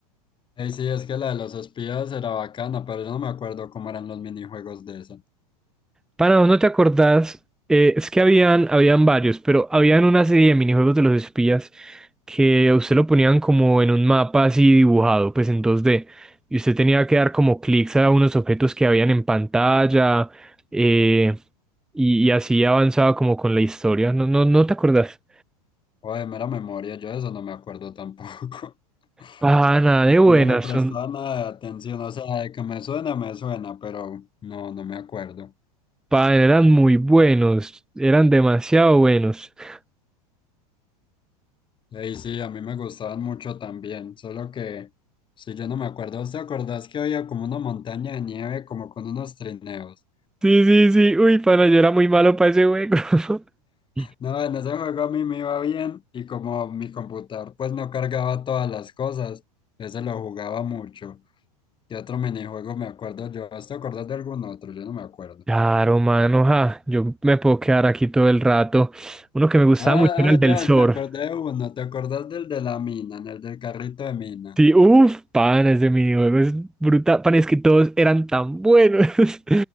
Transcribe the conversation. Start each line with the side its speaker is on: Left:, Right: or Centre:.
Left: Ey, sí, es que la de los espías era bacana, pero yo no me acuerdo cómo eran los minijuegos de esa.
Centre: Para ¿no te acordás? Eh, es que habían, habían varios, pero habían una serie de minijuegos de los espías que a usted lo ponían como en un mapa así dibujado, pues en dos d y usted tenía que dar como clics a unos objetos que habían en pantalla, eh, y, y así avanzaba como con la historia. No, no, ¿no te acordás?
Left: O de mera memoria, yo de eso no me acuerdo tampoco.
Centre: Pana
Left: <laughs> Como
Centre: de buenas,
Left: que no le prestaba
Centre: son,
Left: nada de atención, o sea, de que me suena, me suena, pero no, no me acuerdo.
Centre: pana, eran muy buenos, eran demasiado buenos. <laughs>
Left: Ey, sí, a mí me gustaban mucho también, solo que si yo no me acuerdo, ¿usted acordás que había como una montaña de nieve como con unos trineos?
Centre: Sí, sí, sí, uy, pana, yo era muy malo para ese juego. <laughs>
Left: No, en ese juego a mí me iba bien y como mi computador pues no cargaba todas las cosas, ese lo jugaba mucho. ¿Qué otro minijuego me acuerdo yo? ¿Usted acordás de algún otro? Yo no me acuerdo.
Centre: Claro, mano, ja, yo me puedo quedar aquí todo el rato. Uno que me gustaba
Left: Ah,
Centre: mucho era
Left: ah,
Centre: el del
Left: ya,
Centre: surf.
Left: me acordé de uno, ¿te acordás del de la mina, en el del carrito de mina?
Centre: Sí, uff, pan, ese minijuego es brutal. Pan, es que todos eran tan buenos. <laughs>